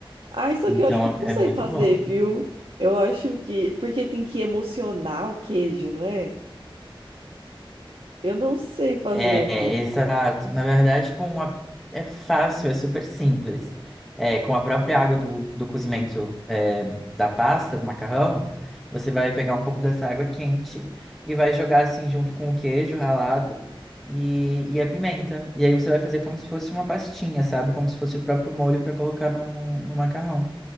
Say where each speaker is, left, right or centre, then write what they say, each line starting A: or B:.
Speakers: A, on the right; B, in the centre.
A: Ah, isso aqui
B: Então
A: eu acho que eu não
B: é,
A: sei
B: é muito
A: fazer,
B: bom.
A: viu? Eu acho que. Porque tem que emocionar o queijo, não é? Eu não sei fazer
B: É,
A: o.
B: exato. Na verdade, com a, é fácil, é super simples. É, com a própria água do, do cozimento, é, da pasta, do macarrão, você vai pegar um pouco dessa água quente e vai jogar assim junto com o queijo ralado e, e a pimenta. E aí você vai fazer como se fosse uma pastinha, sabe? Como se fosse o próprio molho para colocar no, no macarrão.